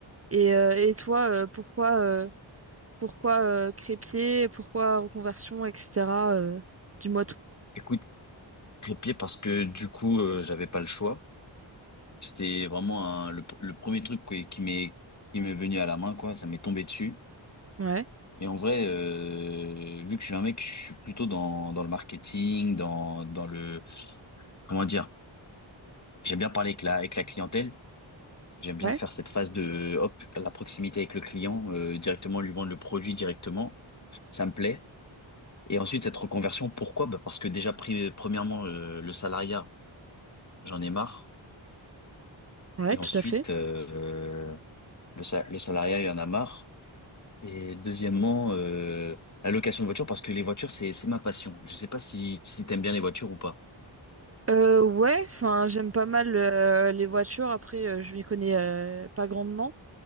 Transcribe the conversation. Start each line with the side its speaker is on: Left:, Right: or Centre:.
Right: Et, euh, et toi, euh, pourquoi euh, Pourquoi euh, crépier, pourquoi reconversion, etc. euh, dis-moi tout.
Left: Écoute, crépier parce que du coup, euh, j'avais pas le choix. C'était vraiment un- le, le premier truc qui qui m'est qui m'est venu à la main, quoi. Ça m'est tombé dessus.
Right: Ouais,
Left: Et en vrai, euh, vu que je suis un mec, je suis plutôt dans dans le marketing, dans dans le comment dire J'aime bien parler avec la, avec la clientèle. J'aime bien
Right: ouais,
Left: faire cette phase de, hop, la proximité avec le client, euh, directement lui vendre le produit directement. Ça me plaît. Et ensuite, cette reconversion, pourquoi? Bah, parce que déjà, pri- premièrement, euh, le salariat, j'en ai marre.
Right: ouais,
Left: Et
Right: tout
Left: ensuite,
Right: à fait.
Left: euh, le, sa- le salariat, il y en a marre. Et deuxièmement, euh, la location de voiture, parce que les voitures, c'est, c'est ma passion. Je sais pas si, si t'aimes bien les voitures ou pas.
Right: Euh, ouais, enfin, j'aime pas mal euh, les voitures. Après, euh, je m'y connais euh, pas grandement.